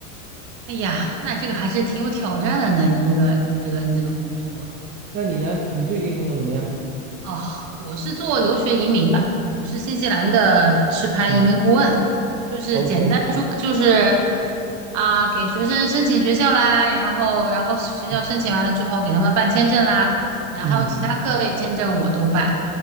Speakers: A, on the right; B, on the right.
A: 哎呀，那这个还是挺有挑战的呢。你这个你这个你这个工作
B: 那你呢？你最近工作怎么样？
A: 哦，我是做留学移民的，我是新西兰的持牌移民顾问，
B: 嗯
A: 就是简单说就是
B: ，OK，
A: 啊，给学生申请学校啦，然后然后学校申请完了之后给他们办签证啦，
B: 嗯
A: 然后还有其他各类签证我都办。
B: 嗯，嗯